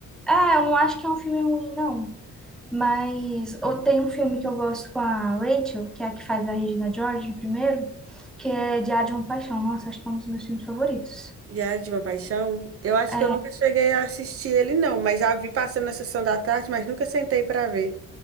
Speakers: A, in the centre; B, on the right.
A: é, eu não acho que é um filme ruim, não. Mas ou tem um filme que eu gosto com a Rachel, que é a que faz a Regina George no primeiro, que é Diário de uma Paixão. Nossa, acho que é um dos meus filmes favoritos.
B: Diário de uma Paixão, eu acho
A: É,
B: que eu nunca cheguei a assistir ele, não, mas já vi passando na sessão da tarde, mas nunca sentei pra ver.